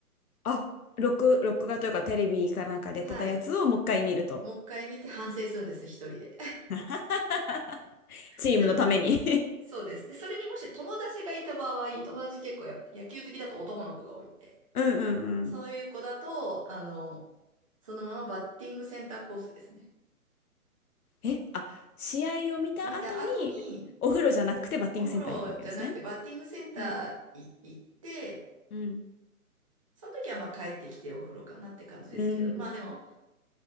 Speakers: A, on the left (about 70°); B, on the right (about 25°).
A: あ、録、録画というかテレビかなんかでやってたやつをもう一回見ると。
B: はい。もう一回見て反省するんです、一人で。
A: <laughs>
B: <laughs>
A: チームのために
B: で、そうです。で、それにもし友達がいた場合、友達結構やっぱ野球好きだと男の子が多いんで、
A: <laughs> うんうんうん。
B: そういう子だと、あの、そのままバッティングセンターコースですね。
A: え、あ、試合を見た後に、
B: 見た後に、
A: お風呂じゃなくてバッティングセンターに行くわけですね。
B: お風呂じゃなくてバッティングセンターい行って、
A: うんうん
B: その時はまあ帰ってきてお風呂かなって感じですけど、
A: うん。
B: まあでも、